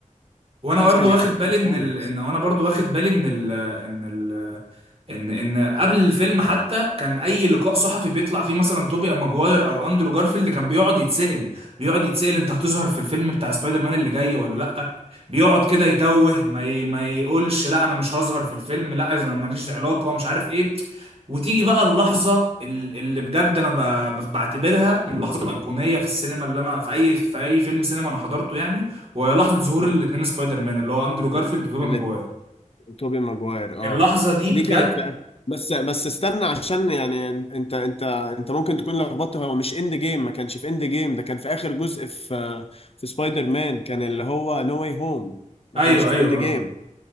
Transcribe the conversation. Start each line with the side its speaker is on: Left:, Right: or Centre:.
Right: وانا
Left: حاج
Right: برضه
Left: كان
Right: واخد
Left: يعرفني
Right: بالي ان
Left: خالص
Right: ال... ان وانا برضه واخد بالي ان ال... ان ال... ان ان قبل الفيلم حتى كان اي لقاء صحفي بيطلع فيه مثلا توبي ماجواير او اندرو جارفيلد كان بيقعد يتسأل بيقعد يتسأل انت هتظهر في الفيلم بتاع سبايدر مان اللي جاي ولا لا بيقعد كده يتوه ما ي... ما يقولش لا انا مش هظهر في الفيلم لا انا ماليش علاقة مش عارف ايه وتيجي بقى اللحظة ال- اللي بجد انا ب... ب- بعتبرها من اللحظات الأيقونية في السينما اللي انا في اي في اي فيلم سينما انا حضرته يعني وهي لحظة ظهور
Left: ايوه
Right: الاتنين سبايدر مان اللي هو اندرو جارفيلد وتوبي
Left: اللي
Right: ماجواير
Left: توبي ماجواير اه
Right: اللحظة دي
Left: دي
Right: بجد
Left: كانت بقى بس بس استنى عشان يعني انت انت انت ممكن تكون لخبطت هو مش اند جيم ما كانش في اند جيم ده كان في اخر جزء في في سبايدر مان كان اللي هو نو واي هوم ما
Right: ايوه
Left: كانش في
Right: ايوه
Left: اند جيم
Right: اه